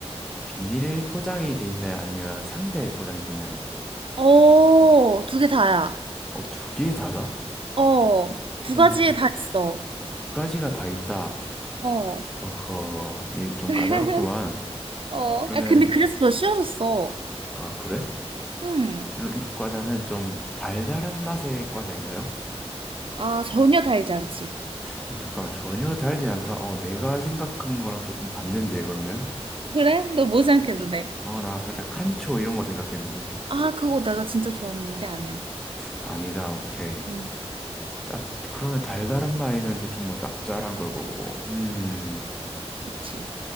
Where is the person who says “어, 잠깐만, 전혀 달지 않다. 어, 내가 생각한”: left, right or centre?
Centre